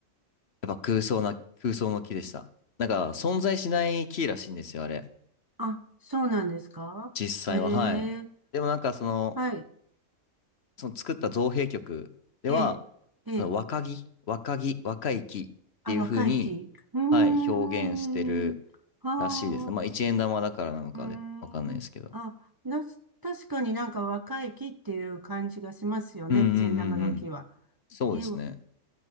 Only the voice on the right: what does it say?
あ、そうなんですかへ
え、
はい。
ええ、ええ。
あ、若い木。うーん。
ああ、
うーん。
あ、な、確かになんか若い木っていう感じがしますよね。
一円玉の木は。
ええ